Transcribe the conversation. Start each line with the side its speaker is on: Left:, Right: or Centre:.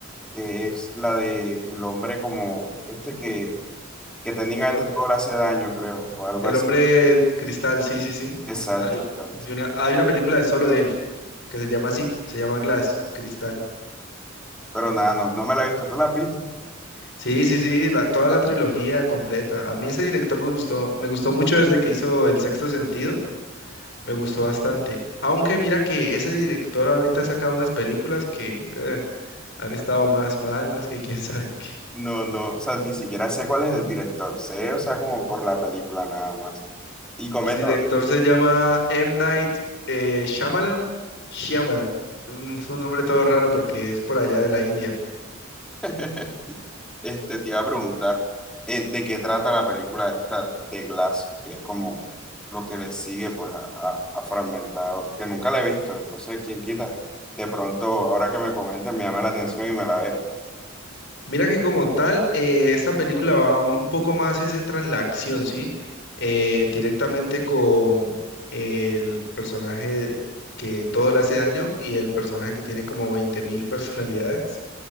Centre: que es la de el hombre como este que, que técnicamente
Left: El, hom-
Centre: todo le hace daño, creo, o algo
Left: el
Centre: así.
Left: hombre cristal, sí, sí, sí.
Centre: Exacto,
Left: Hay
Centre: exacto.
Left: una, hay una película de solo de él, que se llama así, se llama Glass, Cristal.
Centre: Pero nada, no, no me la he visto, ¿tú la has visto?
Left: Sí, sí, sí, la, toda la trilogía completa. A mí ese director me gustó, me gustó mucho desde que hizo El Sexto Sentido. Me gustó bastante. Aunque mira que ese director ahorita ha sacado unas películas que eh, han estado más malas que quién <laughs> sabe qué.
Centre: No, no, o sea, ni siquiera sé cuál es el director, sé, o sea, como por la película nada más. Y comenta.
Left: El director se llama M. Night eh, Shyamalan. Shyamalan. Un- Es un nombre todo raro porque es por allá de la India.
Centre: <laughs> Este, te iba a preguntar eh, de qué trata la película esta de Glass, que es como lo que le sigue pues a, a- a Fragmentado, que nunca la he visto, entonces quién quita, de pronto ahora que me comentan me llama la atención y me la vea.
Left: Mira que como tal, eh, esta película va un poco más, se centra en la acción, ¿sí? Eh, directamente con el personaje que todo le hace daño y el personaje que tiene como 20.000 personalidades.